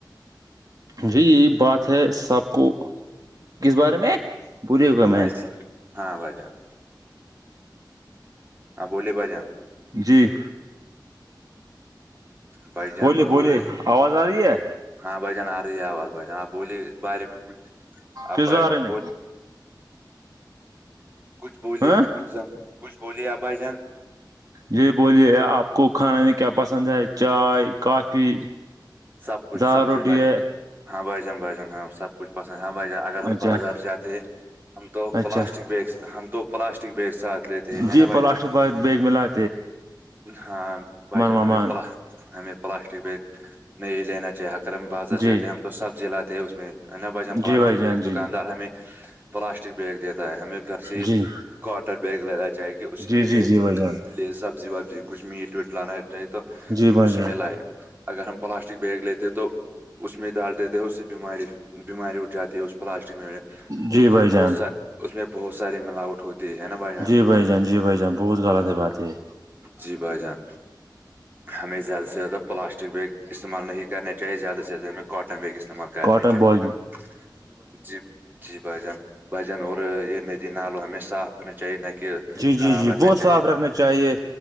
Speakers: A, on the right; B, on the right.
A: جی یہی بات ہے سب کو کس بارے میں بولیے گا میں
B: اس ہاں بھ جان ہاں بولیے بائی جان
A: جی
B: بھائی جان
A: بولیے
B: اور
A: بولیے آواز آ رہی ہے
B: ہاں بھائی جان آ رہی آواز بھ جان آپ بولیے بارے میں کچھ آپ
A: کس
B: ب
A: بارے میں
B: بول کچھ بولیے
A: ہاں
B: کچھ کچھ بولی آپ بھائی جان
A: جی بولیے آپ کو کھانے میں کیا پسند ہے چائے کافی
B: سب کچھ
A: دال
B: سب
A: روٹی
B: کچھ بجن
A: ہے
B: ہاں بجان بجن ہاں سب کچھ پسند ہاں بھائی اگر ہم
A: اچھا
B: بازار جاتے ہم تو
A: اچھا
B: پلاسٹک بیگ ہم تو پلاسٹک بیگ سے ہاتھ لیتے ہیں
A: جی
B: نا بھائی
A: پلاسٹک
B: جان
A: بیگ ملا
B: ہاں بھائی جان
A: وامان
B: ہمیں پلا ہمیں پلاسٹک بیگ نہیں لینا چاہیے اگر ہم بازار سے
A: جی
B: جاتے ہیں ہم تو سبزی لاتے ہیں اس میں ہے نا بھائی جان ہم پلاسٹک
A: جی بھائی جان جی
B: دکاندار ہمیں پلاسٹک بیگ دیتا ہے ہمیں گھر سے ہی
A: جی
B: کاٹن بیگ لینا چاہیے اسی
A: جی
B: بھی
A: جی
B: لے
A: جی بھائی جان
B: لے سب جی جی کچھ میٹ ویٹ لانا چاہیے تو
A: جی بھائی
B: اسی
A: جان
B: میں لائیں اگر ہم پلاسٹک بیگ لیتے تو اس میں ڈال دیتے اس سے بیماری بیماری اٹھ جاتی اس پلاسٹک میں
A: جی
B: اس
A: بھائی
B: میں
A: جان
B: بہت ساری اس میں بہت سارے ملاوٹ ہوتے ہے ہے بھائی جان
A: جی بھائی جان جی بھائی جان بہت غلط ہے بات ہے
B: جی بھائی جان ہمیں زیادہ سے زیادہ پلاسٹک بیگ استعمال نہیں کرنے چاہیے زیادہ سے زیاہ میں کاٹن بیگ استعمال کرنے
A: کاٹن
B: چاہیے
A: بال
B: ہیں نا بھائی جی جی بھائی جان بھائی جان اور یہ ندی نالوں ہمیں صاف ہونا چاہیے نہ کہ
A: جی جی
B: خراب
A: جی
B: رکھنا
A: بہت صاف
B: چاہیے
A: رکھنا چاہیے